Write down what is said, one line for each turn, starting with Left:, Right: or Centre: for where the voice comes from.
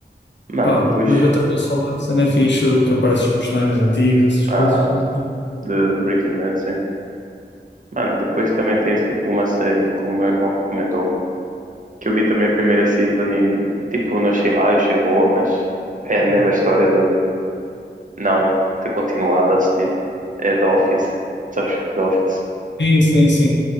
Right: Mano,
Left: Pá,
Right: depois,
Left: mas Better Call Saul, a cena é fixe, que aparecem os personagens antigos, essas
Right: ah,
Left: coisas. né?
Right: de Breaking Bad, sim. Mano, depois também tens tipo uma série que o meu irmão recomendou-me, que eu vi também a primeira season e tipo, não achei mal, achei boa, mas é a mesma história de não ter continuado a assistir. É The Office, sabes que The Office?
Left: Sim, sim, sim.